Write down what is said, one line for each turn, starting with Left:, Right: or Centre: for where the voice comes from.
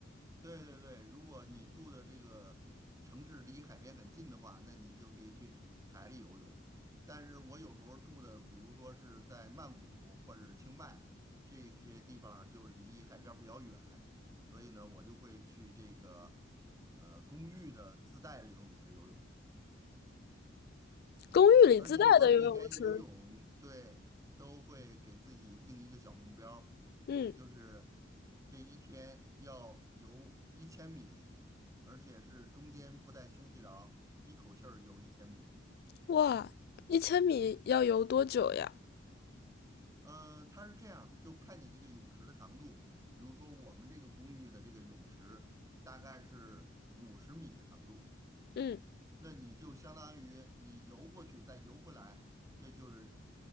Right: 对对对，如果你住的这个城市离海边很近的话，那你就可以去海里游泳。但是我有时候住的，比如说是在曼谷或者是清迈这些地方，就离海边儿比较远，所以呢，我就会去这个呃公寓的自带的游泳池游泳。
Left: 公寓里自带的游泳池。
Right: 而且我每天游泳，对，都会给自己定一个小目标儿
Left: 嗯，
Right: 就是这一天要游一千米，而且是中间不带休息的啊，一口气儿游一千米。
Left: 哇，一千米要游多久呀？
Right: 呃，它是这样，就看你这个泳池的长度。比如说我们这个公寓的这个泳池大概是五十米的长度，
Left: 嗯，
Right: 那你就相当于你游过去再游回来，这就是